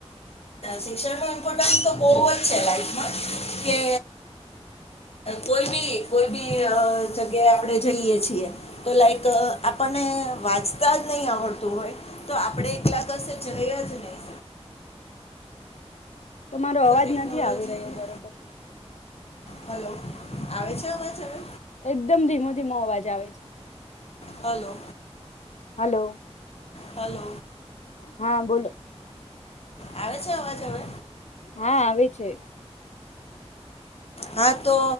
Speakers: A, on the left; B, on the left.
A: શિક્ષણ ન ઇમ્પોર્ટ તો બહુજ છે <inaudible> કે કોઈ બી કોઈ જગ્યાએ આપણે જઈએ છીએ તો લાઈક આપણને વા નહી આવડતું હોય તો આપણે એકલા કશે જઈ જ નહી
B: <unintelligible> તમારો અવાજ
A: ટેકનોલોજી
B: નથી આવી રહ્યો બરોબર
A: હલો આવે છે અવાજ હવે
B: એકદમ ધીમો ધીમો અવાજ આવે છે
A: હલો
B: હલો
A: હલો
B: હા બોલો
A: આવે છે અવાજ હવે
B: હા આવે છે
A: હા તો